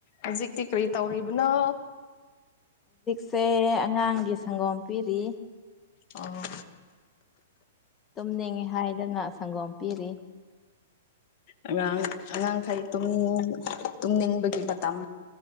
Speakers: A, on the left (about 40°); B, on the left (about 20°).
A: ꯍꯧꯖꯤꯛꯇꯤ ꯀꯔꯤ ꯇꯧꯔꯤꯕꯅꯣ
B: ꯁꯦ ꯑꯉꯥꯡꯒꯤ ꯁꯪꯒꯣꯝ ꯄꯤꯔꯤ
A: ꯑ
B: ꯇꯨꯝꯅꯤꯡꯉꯤ ꯍꯥꯏꯗꯅ ꯁꯪꯒꯣꯝ ꯄꯤꯔꯤ
A: ꯑꯉꯥꯡ ꯑꯉꯥꯡꯈꯩ ꯄꯨꯡ ꯇꯨꯝꯅꯤꯡꯕꯒꯤ
B: ꯎꯝ
A: ꯃꯇꯝ